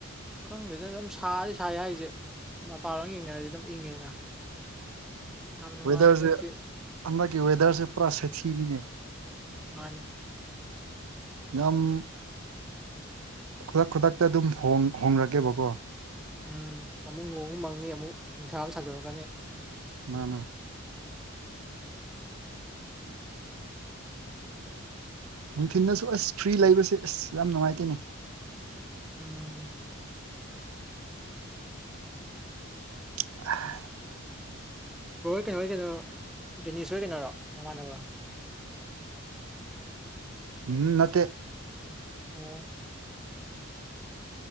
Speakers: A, in the centre; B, on the right (about 85°).
A: ꯈꯪꯗꯦꯗꯅ ꯑꯗꯨꯝ ꯁꯥꯔꯤ ꯁꯥꯏ ꯍꯥꯏꯁꯦ ꯃꯄꯥꯟꯂꯣ ꯌꯦꯡꯅꯔꯁꯦ ꯑꯗꯨꯝ ꯏꯪꯉꯦꯗꯅ ꯌꯥꯝ ꯅꯨꯡꯉꯥꯏꯕꯁꯨ
B: ꯋꯦꯗꯔꯁꯦ
A: ꯅꯠꯇꯦ
B: ꯍꯜꯅꯀꯤ ꯋꯥꯋꯦꯗꯔꯁ ꯄ꯭ꯔꯥ ꯁꯁꯤꯅꯤꯅꯦ
A: ꯍꯅꯦ
B: ꯌꯥꯝ ꯈꯨꯗꯛ ꯈꯨꯗꯛꯇ ꯑꯗꯨꯝꯣꯡ ꯍꯣꯡꯅꯛꯀꯦꯕꯀꯣ
A: ꯎꯝ ꯑꯃꯨꯛ ꯂꯣꯡ ꯃꯪꯅꯤ ꯑꯃꯨꯛ ꯅꯨꯡꯁꯥ ꯑꯃ ꯁꯥꯟꯗꯣꯔꯛꯀꯅꯤ
B: ꯃꯥꯅꯥ ꯅꯨꯡꯊꯤꯜꯗꯁꯨ ꯑꯁ ꯐ꯭ꯔꯤ ꯂꯩꯕꯁꯦ ꯑꯁ ꯌꯥꯝ ꯅꯨꯡꯉꯥꯏꯇꯦꯅꯦ
A: ꯎꯝ
B: <inaudible>
A: ꯕ꯭ꯔꯣ ꯍꯣꯏ ꯀꯩꯅꯣ ꯍꯣꯏ ꯀꯩꯅꯣ ꯗꯤꯦꯅꯤꯁ ꯍꯣꯏ ꯀꯩꯅꯔꯣ ꯃꯃꯥꯟꯅꯕ꯭ꯔꯣ
B: ꯎꯝ ꯅꯠꯇꯦ
A: ꯑꯣ